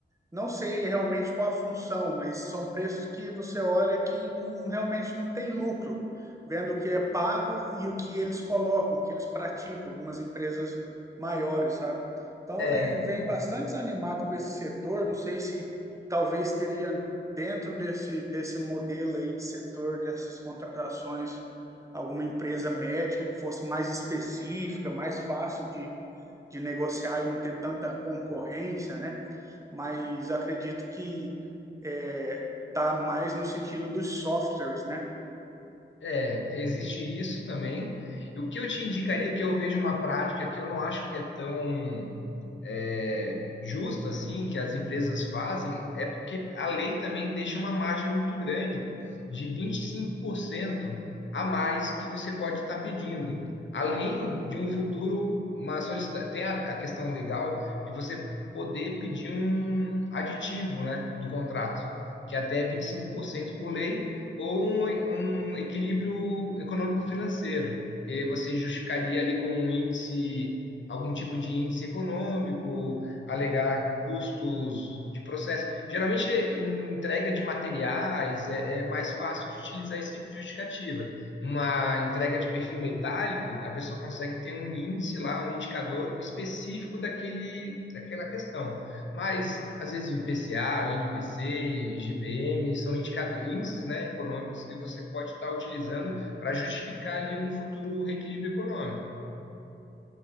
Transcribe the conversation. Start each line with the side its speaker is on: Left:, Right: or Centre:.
Right: não sei realmente qual a função, mas são preços que você olha que não- realmente não tem lucro, vendo o que é pago e o que eles colocam, o que eles praticam, algumas empresas maiores, sabe? Então,
Left: É,
Right: vem, vem bastante desanimado com esse setor. Não sei se talvez teria dentro desse, desse modelo aí de setor, dessas contratações, alguma empresa média que fosse mais específica, mais fácil de de negociar e não ter tanta concorrência, né? Mas acredito que é, tá mais no sentido dos softwares, né?
Left: é, existe isso também. E o que eu te indicaria, que eu vejo uma prática que eu não acho que é tão é, justa assim que as empresas fazem é porque a lei também deixa uma margem muito grande de 25% a mais que você pode estar pedindo. Além de um futuro, uma solicita... tem a, a questão legal de você poder pedir um aditivo, né, do contrato, que é até 25% por cento por lei, ou um, um equilíbrio econômico-financeiro, que você justificaria ali com um índice algum tipo de índice econômico, alegar custos de processo. Geralmente, em entrega de materiais, é, é mais fácil de utilizar esse tipo de justificativa. Uma entrega de perfil metálico, a pessoa consegue ter um índice lá, um indicador específico daquele, daquela questão. Mas, às vezes, o IPCA, o INPC, GPM, são indicador, índices, né, econômicos que você pode estar utilizando para justificar ali um futuro reequilíbrio econômico.